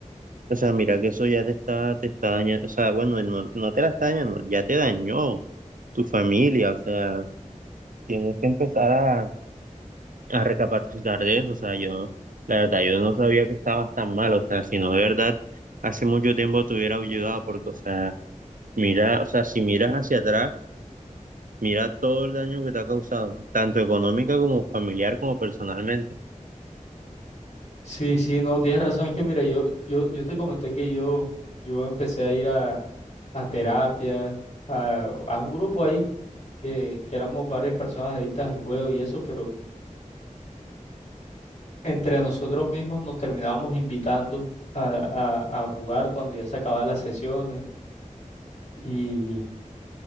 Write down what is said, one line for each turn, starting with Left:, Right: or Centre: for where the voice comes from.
Right: o sea, mira que eso ya te está, te está dañando, o sea, bueno, no, no te la está dañando, ya te dañó tu familia, o sea, tienes que empezar a a recapacitar de eso, o sea, yo, la verdad, yo no sabía que estabas tan mal, o sea, si no, de verdad, hace mucho tiempo te hubiera ayudado, porque, o sea, mira, o sea, si miras hacia atrás, mira todo el daño que te ha causado, tanto económica como familiar como personalmente.
Left: Sí, sí, no, tienes razón. Es que mira, yo, yo, yo te comenté que yo, yo empecé a ir a, a terapia, a, a un grupo ahí, que, que éramos varias personas adictas al juego y eso, pero entre nosotros mismos nos terminábamos invitando a, a, a jugar cuando ya se acababan las sesiones. Y